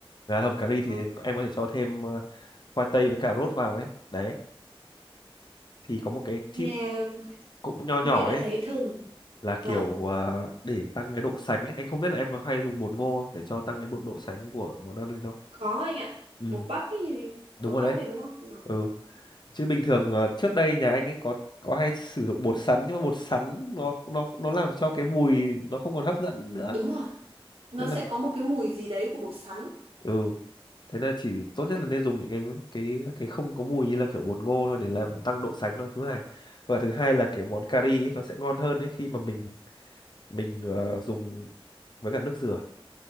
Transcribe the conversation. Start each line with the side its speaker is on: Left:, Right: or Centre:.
Left: gà hầm
Right: Đó.
Left: cà ri thì em có thể cho thêm ờ, khoai tây với cà rốt vào ấy đấy thì có một cái
Right: Nghe
Left: tip cũng nho nhỏ
Right: nghe đã
Left: ấy
Right: thấy thơm.
Left: là
Right: Vâng,
Left: kiểu à, để tăng cái độ sánh ấy. Anh không biết là em có hay dùng bột ngô không để cho tăng cái bộ độ sánh của món ăn lên không?
Right: có anh ạ.
Left: Ừ,
Right: Bột bắp ấy, thì-
Left: đúng
Right: bột
Left: rồi
Right: bắp
Left: đấy.
Right: này đúng không? Ừ,
Left: Ừ, chứ bình thường à, trước đây nhà anh ấy có có hay sử dụng bột sắn nhưng mà bột sắn nó nó nó làm cho cái mùi nó không còn hấp dẫn nữa.
Right: Đúng rồi, nó
Left: Nên
Right: sẽ
Left: là
Right: có một cái mùi gì đấy của bột sắn.
Left: ừ, thế là chỉ tốt nhất là nên dùng những cái cái cái không có mùi như là kiểu bột ngô thôi để làm tăng độ sánh thôi thứ hai. Và thứ hai là kiểu món cà ri ấy, nó sẽ ngon hơn đấy khi mà mình mình ờ, dùng với cả nước dừa.